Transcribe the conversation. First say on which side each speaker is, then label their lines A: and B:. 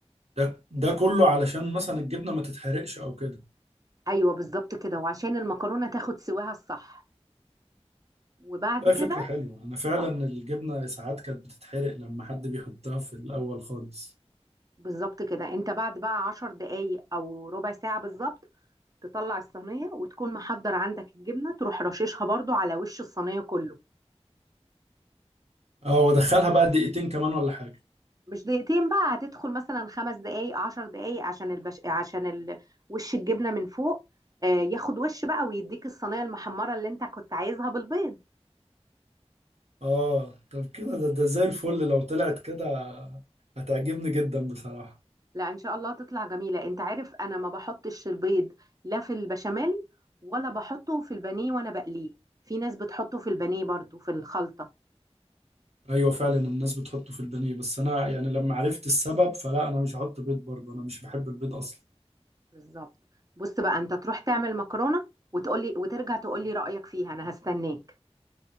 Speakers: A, on the right; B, on the right.
A: ده ده كله علشان مثلا الجبنة ما تتحرقش او كده
B: ايوه بالظبط كده وعشان المكرونه تاخد سواها الصح وبعد
A: لا
B: كده
A: فكرة حلوة أنا فعلا
B: اه
A: الجبنة ساعات كانت بتتحرق لما حد بيحطها في الأول خالص
B: بالظبط كده انت بعد بقى عشر دقايق او ربع ساعه بالظبط تطلع الصينيه وتكون محضر عندك الجبنه تروح رششها برضو على وش الصينيه كله
A: اه وأدخلها بقى دقيقتين كمان ولا حاجة
B: مش دقيقتين بقى هتدخل مثلا خمس دقايق عشر دقايق عشان البش... عشان ال... وش الجبنه من فوق آه، ياخد وش بقى ويديك الصينيه المحمره اللي انت كنت عايزها بالبيض
A: اه طب كده ده, ده زي الفل لو طلعت كده هتعجبني جدا بصراحة
B: لا ان شاء الله تطلع جميله انت عارف انا ما بحطش البيض لا في البشاميل ولا بحطه في البانيه وانا بقليه في ناس بتحطه في البانيه برضو في الخلطه
A: أيوة فعلا الناس بتحطه في البانيه بس أنا يعني لما عرفت السبب فلا أنا مش هحط بيض برضه أنا مش بحب البيض أصلا
B: بالظبط بص بقى انت تروح تعمل مكرونه وتقولي وترجع تقولي رايك فيها انا هستناك